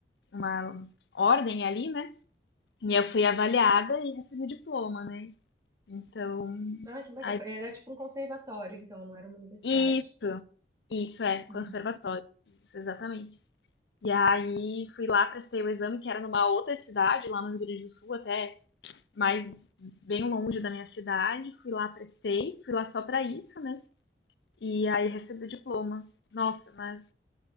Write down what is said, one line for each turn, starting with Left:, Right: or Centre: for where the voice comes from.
Left: uma ordem ali, né? E eu fui avaliada e recebi o diploma, né? Então,
Right: Ah, que bacana.
Left: aí,
Right: Era tipo um conservatório, então, não era uma universidade.
Left: e isso é conservatório,
Right: Uhum.
Left: isso exatamente. E aí fui lá, prestei o exame, que era numa outra cidade, lá no Rio Grande do Sul, até mais bem longe da minha cidade. Fui lá, prestei, fui lá só pra isso, né? E aí recebi o diploma. Nossa, mas